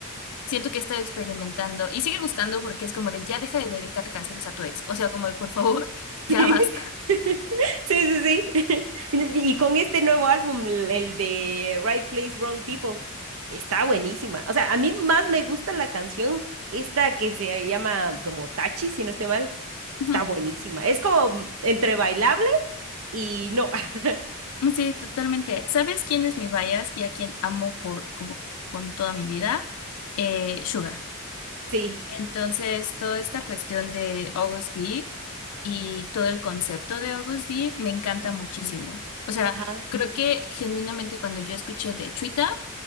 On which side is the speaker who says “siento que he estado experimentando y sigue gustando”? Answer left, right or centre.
Left